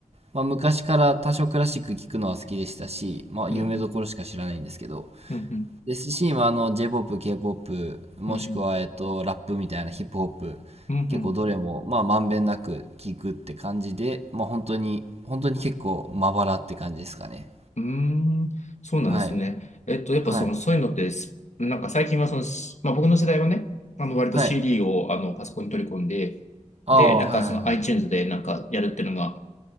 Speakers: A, on the right; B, on the left.
A: まあ、昔から多少クラシック聴くのは好きでしたし、まあ、
B: うん、
A: 有名どころしか知らないんですけど、
B: うん、うん、うん、
A: ですし、まあ、あの、J-POP、K-POP、もしくは、
B: うん、
A: えっと、ラップみたいなヒップホップ、
B: うん、うん、
A: 結構どれも、まあ、まんべんなく聴くって感じで、まあ、本当に、本当に結構、まばらって感じですかね。
B: うーんそうなんですね。
A: はい。
B: えっと、やっぱその、
A: はい。
B: そういうのってす、なんか最近はその、しまあ僕の世代はね、あの、割と
A: はい。
B: CD をあの、パソコンに取り込んで、
A: ああ、
B: で、なんかその
A: はいはいはい。
B: iTunes でなんかやるっていうのが、